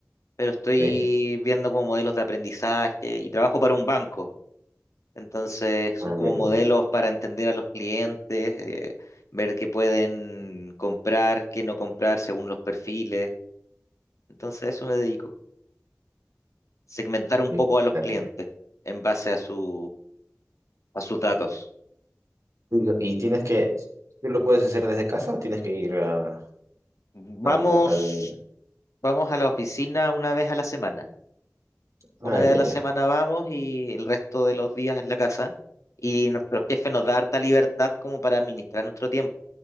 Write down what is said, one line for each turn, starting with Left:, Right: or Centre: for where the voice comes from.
Left: pero estoy
Right: ok,
Left: viendo como modelos de aprendizaje y trabajo para un banco. Entonces,
Right: bueno,
Left: son como
Right: ya, ya,
Left: modelos para entender a los clientes, eh, ver qué pueden comprar, qué no comprar según los perfiles. Entonces, a eso me dedico. Segmentar un
Right: ya,
Left: poco
Right: interesante.
Left: a los clientes en base a su, a sus datos.
Right: ¿Y, lo- y tienes que, tú lo puedes hacer desde casa o tienes que ir a,
Left: Vamos,
Right: al, al...
Left: vamos a la oficina una vez a la semana.
Right: Ah,
Left: Una vez
Right: ya,
Left: a la
Right: ya,
Left: semana vamos y el resto de los días en la casa. Y nuestro jefe nos da harta libertad como para administrar nuestro tiempo.